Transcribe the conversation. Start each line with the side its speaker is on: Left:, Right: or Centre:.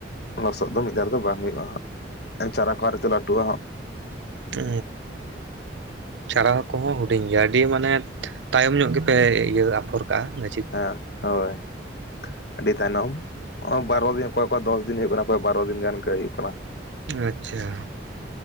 Left: ᱞᱚᱥᱚᱫ ᱫᱚ ᱢᱤᱫ ᱫᱷᱟ ᱨᱮ ᱫᱚ ᱵᱟᱝ ᱦᱩᱭᱩᱜᱼᱟ ᱦᱟᱸᱜ ᱮᱸ ᱪᱟᱨᱟ ᱠᱚ ᱟᱨᱛᱮ <unintelligible> ᱞᱟᱹᱴᱩᱼᱟ ᱦᱟᱸᱜ᱾
Right: ᱚᱻ᱾ ᱪᱷᱟᱨᱟᱣ ᱠᱚᱦᱚᱸ ᱦᱩᱰᱤᱧ ᱜᱮᱭᱟ ᱟᱹᱰᱤ ᱢᱟᱱᱮ ᱛᱟᱭᱚᱢ ᱧᱚᱜ ᱜᱮᱯᱮ ᱤᱭᱟᱹ ᱟᱯᱷᱚᱨ ᱠᱟᱜᱼᱟ
Left: ᱦᱮᱸ ᱦᱳᱭ ᱟᱹᱰᱤ ᱛᱟᱭᱱᱚᱢ ᱵᱟᱨᱚ ᱫᱤᱱ ᱚᱠᱚᱭ ᱚᱠᱚ ᱫᱚᱥ ᱫᱤᱱ ᱦᱩᱭᱩᱜ ᱠᱟᱱᱟ ᱚᱠᱚᱭ ᱵᱟᱨᱚ ᱫᱤᱱ ᱜᱟᱱ ᱦᱩᱭᱩᱜ ᱠᱟᱱᱟ
Right: ᱟᱪᱪᱷᱟ